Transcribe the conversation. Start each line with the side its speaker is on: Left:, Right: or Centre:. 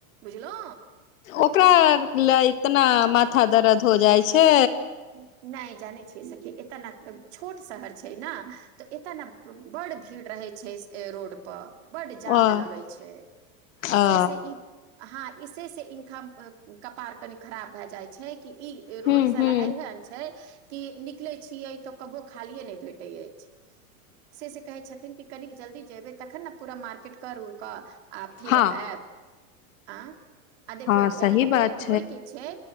Right: बुझलौ।
Left: ओकरा लै इतना माथा दरद हो जाय छै।
Right: नै जानै छिये सखी, एता ने ए छोट शहर छै ना तऽ एता न बड़ भीड़ रहै छै ए रोड पर। बड जाम
Left: वाह
Right: लगै छै,
Left: आ
Right: से से ई हाँ इसी से इनका ए कपाड़ कनि खराब भाए जाय छै कि ई रोड
Left: हूं
Right: साला
Left: हूं
Right: एहन छै। की निकले छीयै त कबो खालिये नै भेटै एछ, से से कहै छथिन कि कनिक जल्दी जेबै तखन ने पूरा मार्केट कर उड़ कऽ आ फिर
Left: हँ
Right: आएब। आं। आ देखियौ
Left: हँ
Right: ए
Left: सही बात
Right: होय, होय की छै।